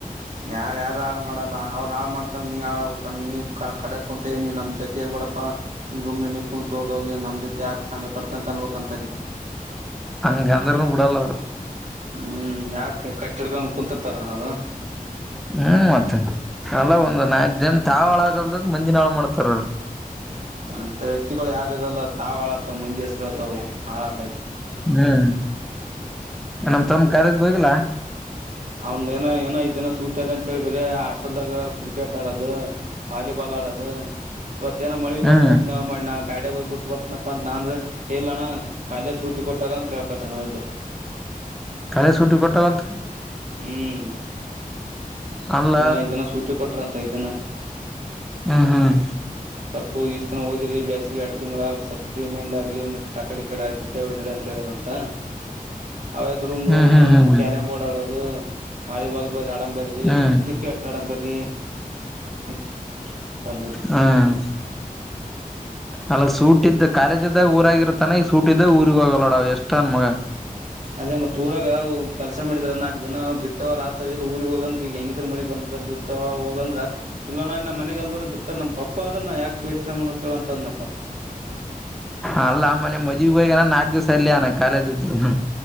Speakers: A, on the right; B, in the centre.
A: ಯಾರ ಯಾರ ಯಾರು ಮಾಡಲ್ಲ ಅವ ಹಾಳ್ ಮಾಡ್ತಾರ ನೀ ಹಾಳ್ ಹಬೇಕ ನೀ ಕಡೆ ಕುೂಂತನಿ ನಮ್ ಜೊತಿ ಇರ್ಬೇಡಪ್ಪಾ ನಿಮ್ ರೂಮ್ ನೀ ಕುಂತು ಹೋದೋಗಿ ನಮ್ ಜೊತಿ ಯಾಕಕ್ ಸಂಂಗ ಕಟ್ತಂತ ಅನ್ಬಕ್ಂತರಿೀ
B: ಅಂಗ ಅಂದರನೂ ಬಿಡಲ್ಲ ಅವರು
A: ಹ್ಮ್ ಯಾಕ ಕಟ್ಟಿಿಡ್ಕೊಂಡ ಕುಂತರ್ತಾರನ ಅವ್ರು
B: ಹುಂ ಮತ್ತೆ ಅಲ್ಲ ಒಂದ್ ನಾಲ್ಕು ಜನ ತಾವ್ ಹಾಳಾಗಲ್ದ ಮಂದಿನ ಹಾಳು ಮಾಡ್ತಾರ ಅವ್ರು
A: ಅಂತ ವ್ಯಕ್ತಿಗಳು ಯಾರ ಇರಲ್ಲ ತಾವ್ ಅಳಗತ್ವ ಮಂದಿ ಹೆಸರುತಾವ ಹಾಳತ
B: ಹ್ಮ್ ನಮ ತಮ್ಮ ಕರೇ ಹೋಗಿಲ್ಲ
A: ಅವಂದ ಏನೋ ಏನೋ ಐದ್ ದಿನ ಸೂಟಿ ಅದ ಅಂತೇಳಿ ಬ್ರ ಹಾಸ್ಟೆಲ್ದಾಗ ಕ್ರಿಕೆಟ್ ಆಡದು ವಾಲಿಬಾಲ್ ಆಡೋದು ಇವತೇನೋ ಮಳಿ
B: ಹ್ಮ್
A: ಬಂದತೆ ನೆವ ಮಾಡಿ ನಾಗ್ ಗಾಡ ಹೋಗ್ಬ ಬಿಟ್ಟು ಬರ್ತನಪ್ಪ ಅ ನಾ ಅಂದ್ರೆ ಹೇಳಲ್ಲಣ ಕಖಾಲಲೆ ಸೂಟಿ ಕೊಟ್ಟಾರ ಅಂತ ಹೇಳ್ಕತ ನಾವ ಇದ್ರ
B: ಕಳೆ ಸೂಟಿ ಕೊಟ್ಟದಂತ
A: ಹ್ಮ್
B: ಅಲ್ಲ
A: ಏನೋ ಐದು ದಿನ ಸುಟಿ ಕೊಟ್ಟಾರ ಅಂತೆ ಐದು ದಿನ
B: ಹ್ಮ್ ಹ್ಮ್
A: ಸ್ವಲ್ಪ ಇಸದಿನ್ ಓದಿರಿ ಬ್ಯಾಸಗೆ ಎರಡು ತಿಂಗಳ ಸ್ವಲ್ಪ ಫ್ರಿ ಮೈಂಡ್ ಆಗ್ಲಿ ಒಂದಿಟ್ ಆಕಡೆ ಈಕಡೆ ಅರಟೆ ಹೊಡಿರಿ ಅಂತ ಹೇಳಿದರಂತೆ ಹೌದು ರೂಮ್
B: ಹ್ಮ್
A: ರೂಮ್
B: ಹ್ಮ್ ಹ್ಮ್ ಹ್ಮ್
A: ಕ್ಯಾರಂ ಬೋರ್ಡ್ ಆಡೋದು ಹ್ಮ ವಾಲಿಬಾಲ್ ಬರ್ ಆಡನ್ ಬರ್ರಿ
B: ಹ್ಮ್
A: ಇಪ್ಪತ್ತೇರಡು ಅಂದರೀ ಹ್ಮ್ಮ್ಮ್ ಒಂದುದ
B: ಹ್ಮ್ ಅಲ್ಲ ಸೂಟ್ ಇದ್ದ ಕಾಲೇಜು ಇದ್ದಾಗ ಊರಾಗ್ ಇರತ್ತನೇ ಸೂಟಿದಾಗ ಊರಿಗೆ ಹೋಗಲ್ಲ ನಾವ್ ಎಷ್ಟೇ ನ ಮಗ
A: ಅದೇ ಮತ್ತೆ ಊರಾಗ ಕೆಲ್ಸ ಮಾಡಿದ್ರ ನಾಲ್ಕ್ ದಿನ ಬಿತ್ತವ ಆತ್ ಊರಿಗೆಗ್ ಹೋಗಂದ್ರ ಈಗ ಹೆಂಗಿದ್ರ ಮಳಿ ಬಂದದ ಬಿತ್ತವ ಹೋಗಂದ್ರ ಇಲ್ಲ ಅಣ ನಮ್ಮ ಮನೆಗೆಲ್ಲರೂ ಬಿತ್ತರ ನಮ್ಮ ಪಪ್ ನಮ್ಮಪ್ಪ ಅದನ ಯಾಕ ಯೋಚನೆ ಮಾಡಬೇಕು ಹೇಳು ಅಂದಪ್ಪ
B: ಅಲ್ಲ ಮೊನ್ನೆ ಮದುವೆಗೆ ಹೋಗ್ಯಾನ ನಾಲ್ಕು ದಿಸ ಅಲ್ಲೇ ಅದೇನ ಕಾಲೇಜು ಇದ್ರುನು